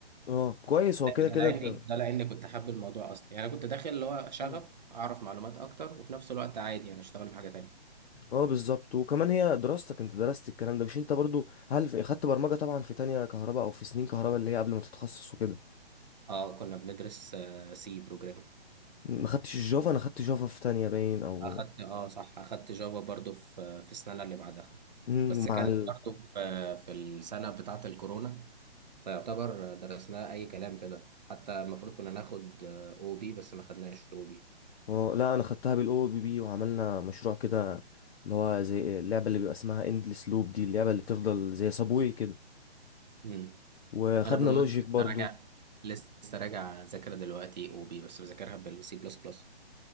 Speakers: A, on the left; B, on the right.
A: اه كويس هو كده
B: ده
A: كده
B: لاني
A: انت
B: ده لاني كنت حابب الموضوع اصلا يعني انا كنت داخل اللي هو شغف
A: مم.
B: اعرف معلومات اكتر وفي نفس الوقت عادي انا اشتغل في حاجه تانية
A: اه بالظبط وكمان هي دراستك انت درست الكلام ده مش انت برضو هل في- خدت برمجة طبعا في تانية كهرباء او في سنين كهرباء اللي هي قبل ما تتخصص وكده
B: اه كنا بندرس سي بروجرامينج
A: ما خدتش الجافا انا خدت جافا في تانية باين او
B: اخدت اه صح اخدت جافا برضو في آه، في السنه اللي بعدها
A: مم،
B: بس كان
A: مع ال...
B: برضو في آه، في السنه بتاعه الكورونا فيعتبر درسناه اي كلام كده حتى المفروض كنا ناخد او بي بس ما خدناش او بي
A: اه لا انا خدتها بالاو بي بي وعملنا مشروع كده اللي هو زي اللعبة اللي بيبقى اسمها اندلس لوب دي اللعبة اللي بتفضل زي سابوي كده
B: امم
A: وخدنا
B: انا بالمناسبه
A: لوجيك برضو
B: لسه راجع لسه راجع اذاكر دلوقتي او بي بس بذاكرها بالسي بلس بلس